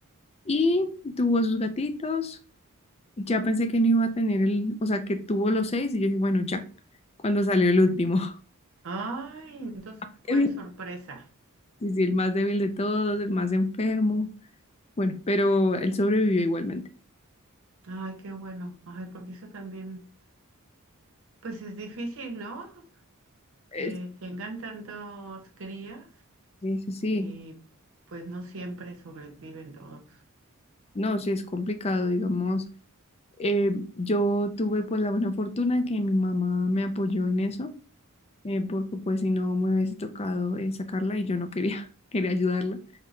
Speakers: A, on the left; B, on the right.
A: Y tuvo sus gatitos, ya pensé que no iba a tener el, o sea, que tuvo los seis y yo dije, bueno, ya, cuando salió el último.
B: ay, entonces
A: <laughs>
B: fue sorpresa.
A: Sí, sí, el más débil de todos, el más enfermo, bueno, pero él sobrevivió igualmente.
B: Ay, qué bueno. Ay, porque eso también, pues es difícil, ¿no?
A: Eh,
B: Que tengan tantos crías
A: Sí, sí, sí,
B: y pues no siempre sobreviven todos.
A: no, sí es complicado, digamos, Eh, yo tuve pues la buena fortuna que mi mamá me apoyó en eso, eh, porque pues si no me hubiese tocado eh, sacarla y yo no quería, <laughs> quería ayudarla.